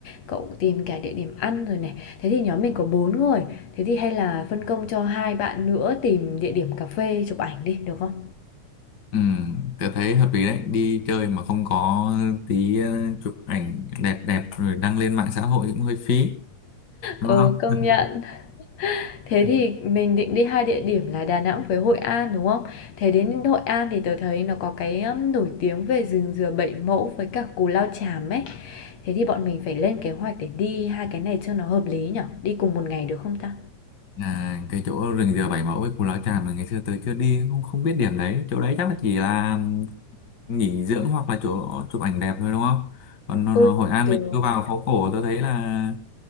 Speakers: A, on the left; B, on the left.
A: cậu tìm cả địa điểm ăn rồi này. Thế thì nhóm mình có 4 người, thế thì hay là phân công cho 2 bạn nữa tìm địa điểm cà phê chụp ảnh đi, được không?
B: Ừ, tôi thấy hợp lý đấy. Đi chơi mà không có tí ờ, chụp ảnh đẹp đẹp rồi đăng lên mạng xã hội cũng hơi phí. Đúng
A: Ừ,
B: không?
A: công Ừ. nhận. Thế thì mình định đi 2 địa điểm là Đà Nẵng với Hội An, đúng không? Thế đến Hội An thì tớ thấy nó có cái, ưm, nổi tiếng về rừng dừa Bảy Mẫu với cả Cù Lao Chàm ấy. Thế thì bọn mình phải lên kế hoạch để đi 2 cái này cho nó hợp lý nhở? Đi cùng một ngày được không ta?
B: À, cái chỗ rừng dừa Bảy Mẫu với Cù Lao Chàm mà ngày xưa tới chưa đi không không biết điểm đấy chỗ đấy chắc là chỉ là nghỉ dưỡng hoặc là chỗ chụp ảnh đẹp thôi đúng không còn nó,
A: Ôi,
B: nó Hội An
A: tớ
B: mình cứ vào phố cổ tôi thấy là